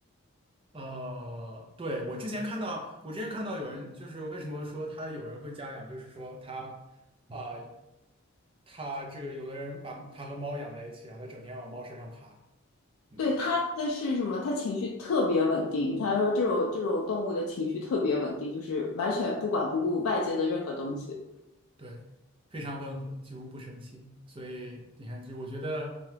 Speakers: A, on the right (about 25°); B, on the left (about 70°).
A: 呃，对，我之前看到，我之前看到有人就是为什么说他有人会家养，就是说他啊、他这个有的人把他和猫养在一起，然后他整天往猫身上爬，嗯。
B: 对，他的是什么？他情绪特别稳定。他说这种这种动物的情绪特别稳定，就是完全不管不顾外界的任何东西。
A: 对，非常温和，几乎不生气。所以你看，就我觉得